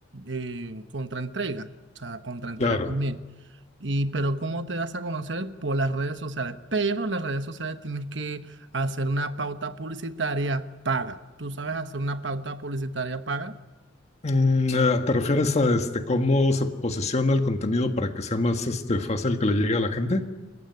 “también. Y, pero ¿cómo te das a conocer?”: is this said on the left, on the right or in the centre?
Right